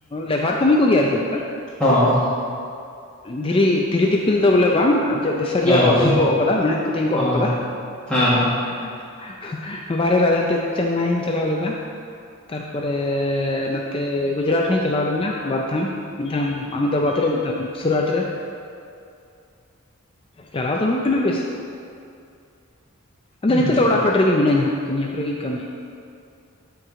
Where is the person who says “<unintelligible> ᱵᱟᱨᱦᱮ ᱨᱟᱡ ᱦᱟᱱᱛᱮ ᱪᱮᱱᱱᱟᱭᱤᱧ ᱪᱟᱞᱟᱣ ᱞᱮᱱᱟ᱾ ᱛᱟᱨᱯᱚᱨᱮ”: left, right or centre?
Left